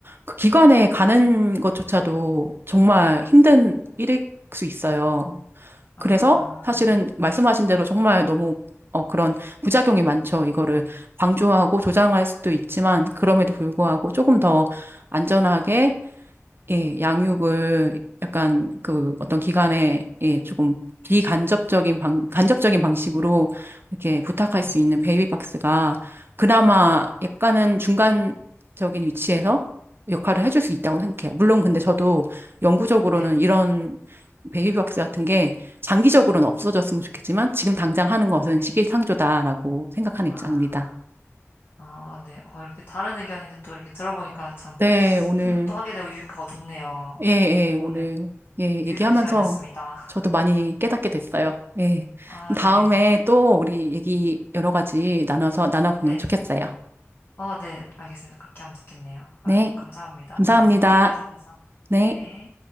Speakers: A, on the right; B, on the left.
A: 그 기관에 가는 것조차도 정말 힘든 일일 수 있어요.
B: 아.
A: 그래서 사실은 말씀하신 대로 정말 너무 어, 그런 부작용이 많죠. 이거를 방조하고 조장할 수도 있지만 그럼에도 불구하고 조금 더 안전하게 예, 양육을 약간 그 어떤 기관에 예, 조금 비간접적인 방, 간접적인 방식으로 이렇게 부탁할
B: 네,
A: 수 있는 베이비박스가 그나마 약간은 중간적인 위치에서 역할을 해줄 수 있다고 생각해요. 물론 근데 저도 영구적으로는
B: 네,
A: 이런 베이비박스 같은 게 장기적으로는 없어졌으면 좋겠지만 지금 당장 하는 것은
B: 네.
A: 시기상조다라고 생각하는
B: 아,
A: 입장입니다.
B: 아, 네. 어, 이렇게 다른 의견인데 또 이렇게 들어보니까 참
A: 네, 오늘
B: 생각도 하게 되고 유익하고 좋네요.
A: 예, 예,
B: 어, 오늘
A: 오늘, 예,
B: 유익한
A: 얘기하면서
B: 시간이었습니다.
A: 저도 많이 깨닫게 됐어요. 예.
B: 아,
A: 다음에
B: 네. <laughs>
A: 또 우리 얘기 여러 가지 나눠서 나눠보면
B: 네.
A: 좋겠어요.
B: 어, 네. 알겠습니다. 그렇게 하면 좋겠네요.
A: 네.
B: 아유, 감사합니다.
A: 감사합니다.
B: 좋은 생각하게 해주셔서.
A: 네.
B: 네.